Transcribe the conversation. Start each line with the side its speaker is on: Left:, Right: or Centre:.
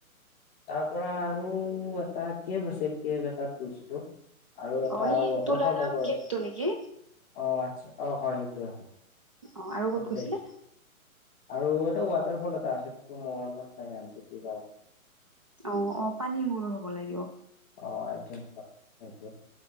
Left: তাৰ পৰা আৰু এটা কেব আছিল কেব এটাত গৈছিলোঁ। আৰু এটা
Right: অ এই
Left: ৱাডদ্ৰবৰ
Right: তুলাৰাম
Left: টাইপৰ অ',
Right: কেবটো নেকি
Left: আছা অ', হয় সেইটোয়ে হয়।
Right: অ আৰু ক'ত
Left: আকি
Right: গৈছিলে
Left: দে কৈছোঁ। আৰু এটা ৱাটাৰফল এটা আছে তো মনত নাই নামটো কি?
Right: অ', অ', পানী মৰ হ'ব লাগিব।
Left: অ', এইটো পানী টো